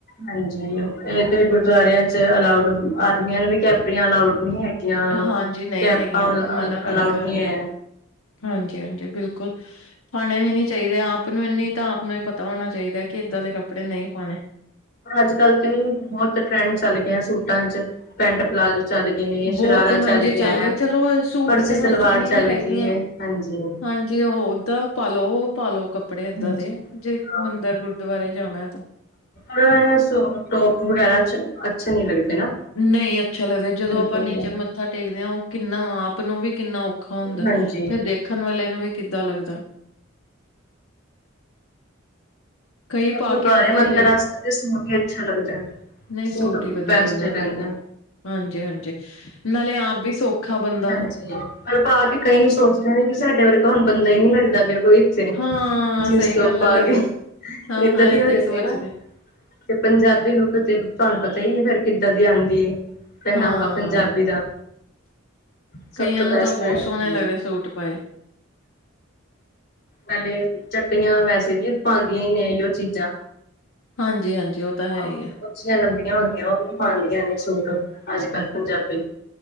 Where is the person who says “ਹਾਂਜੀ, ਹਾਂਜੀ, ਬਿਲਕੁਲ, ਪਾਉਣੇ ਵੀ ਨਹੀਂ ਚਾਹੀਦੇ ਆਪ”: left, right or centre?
Left